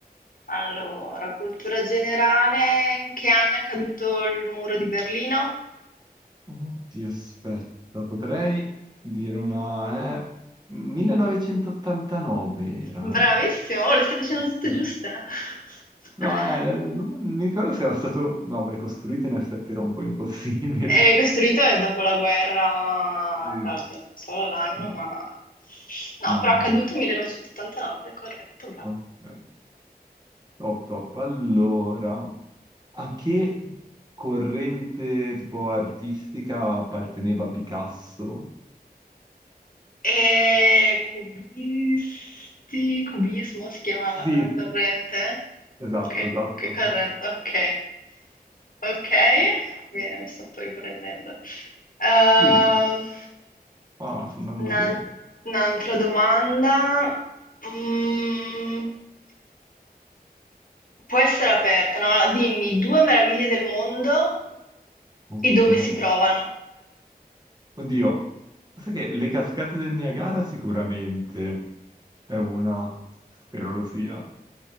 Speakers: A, on the left; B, on the right.
A: allora, cultura generale, in che anno è caduto il muro di Berlino?
B: Oddio, aspetta, potrei dire una... Eh, 1989 era?
A: Bravissimo, oh, le stai facendo
B: Ok.
A: tutte giuste. <laughs>
B: No, eh, non mi ricordo se era stato... No, beh, costruito in effetti era un po' impossibile.
A: È costruito dopo la guerra,
B: <laughs> Sì.
A: no, oddio, non solo l'anno,
B: Mm,
A: ma... No,
B: mm,
A: però è caduto 1989, è corretto, bravo.
B: mm. ok. Top, top. Allora, a che corrente tipo artistica apparteneva Picasso?
A: E cubisti, cubismo si chiamava
B: Sì,
A: quella corrente?
B: esatto,
A: Che,
B: esatto.
A: che corrente? Ok, ok, bene, mi sto un po' riprendendo. Ehm,
B: Sì, ah, sto andando
A: un'al-
B: bene.
A: un'altra domanda. Mm, può essere aperta, no? Allora, Dimmi due meraviglie del mondo
B: Ok.
A: e dove si trovano.
B: Oddio, sai che le cascate del Niagara sicuramente è una, spero lo sia.